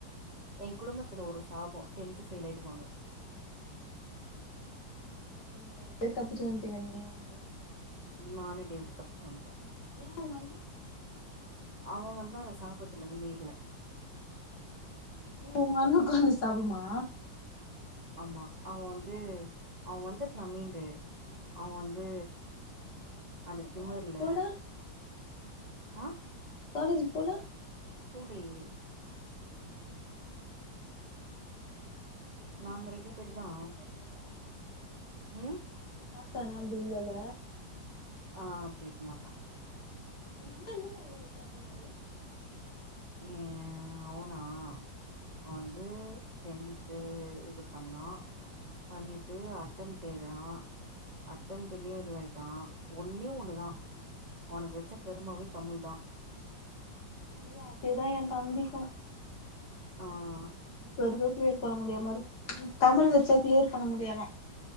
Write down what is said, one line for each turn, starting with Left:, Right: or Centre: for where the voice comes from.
Right: ஏ குடும்பத்துல ஒரு சாபம் டென்த்து ஃபெயிலாயிடுவாங்க
Left: அப்ப நீங்க ரெண்டு பேர் தப்பிச்சு வந்துட்டீங்க நீயு உங்கண்ணனு
Right: நானு டேவிட்டு தப்புச்சு வண்ட்டோம்
Left: ஏ ஒங்கண்ணே
Right: அவன் வந்து அந்த சாபத்திலருந்து மீற்ல
Left: ஓ உங்க அண்ணுக்கு வந்து சாபமா
Right: ஆமா அவன் வந்து அவன் வந்துருக்கலாம் மீண்டு அவன் வந்து அந்த
Left: அப்ப
Right: திமிர்ல
Left: காலேஜ் போல
Right: ஆஹ்
Left: காலேஜ் போல
Right: போலயே
Left: ஆனா
Right: நாங்க
Left: பாப்பா
Right: ரெண்டு
Left: அப்டி
Right: பேர்தான்
Left: இருக்குமா தெர்ல
Right: உம்
Left: க்கானா அப்டி இல்லல
Right: ஆஹ் அப்டிருக்க மாட்டான்
Left: அவுங்கண்ணே என்ன மாரி வேலைக்குலாம் போனாரு
Right: ஹம் அவனா அவன் வந்து டென்த்து இது பண்ணா பண்ணிட்டு அட்டம்ட்டெலுதறான் அட்டம்ட்லயும் இதுவாயிட்டான் ஒன்னே ஒண்ணுதான் அவனுக்கு வச்ச கருமாவே தமிழ்தான்
Left: ஏ அதேதான் என் தம்பிக்கும்
Right: ஆஹ்
Left: இப்பருக்க கிளியர் பண்ண முடியாமருக் தமிழ் வச்சா கிளியர் பண்ண முடியாதா